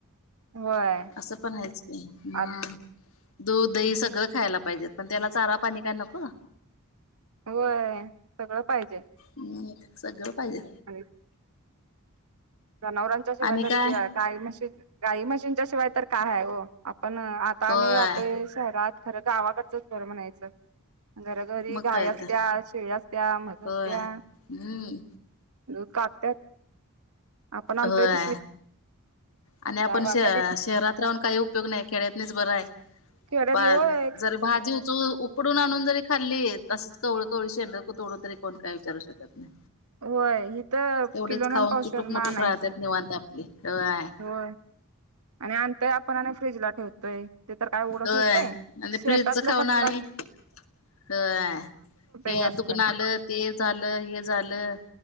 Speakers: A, on the right (about 80°); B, on the left (about 65°).
A: होय.
B: असं पण हायेच की. म.
A: आत
B: दूध, दही सगळं खायला पाहिजेत. पण त्याला चारा पाणी काय नको?
A: होय सगळं पाहिजे.
B: हम्म सगळं पाहिजे.
A: आणि जनावरांच्या शिवाय
B: आणि
A: तरी
B: काय
A: ते. गाई म्हशीन गाई म्हशीनच्या शिवाय तरी काय हाय हो. आपण आ
B: होय
A: आम्ही राहतोय शहरात. खरं गावाकडचंच बरं म्हणायचं. घरोघरी
B: मग
A: गाय
B: काय
A: असत्या,
B: तर
A: शेळी असत्या, म्हस
B: होय
A: असत्या.
B: हम्म
A: दूध काडत्यात. आपण आणतोय
B: होय
A: पिशवीत.
B: आणि आपण
A: जावा
B: श
A: कधी
B: शहरात राहून काही उपयोग नाही. खेड्यातनीच बरं हाय.
A: खेड्यातली
B: बा
A: होय
B: जरी भाजी उच खुडून आणून जरी खाल्ली. तंसच कवळ कवळ शेंड तोडून तरी कोण काय विचारू शकत नाय.
A: होय हित
B: <inaudible> तेवढीच
A: किलोन
B: खाऊन
A: आणि पावशेरन
B: चुटूक मुटूक
A: आणायचं
B: राहतात निवांत आपली. तेव्हय.
A: होय. आणि अनतोय आपण फ्रीज ला ठेवतोय. ते तर काय उगडं
B: होय
A: ठेवतय.
B: आणि
A: शेतातलं
B: फ्रीजच खाऊन
A: कसल
B: आणि होय. हे
A: जास्त
B: दुखन आलं. ते झालं. हे झालं.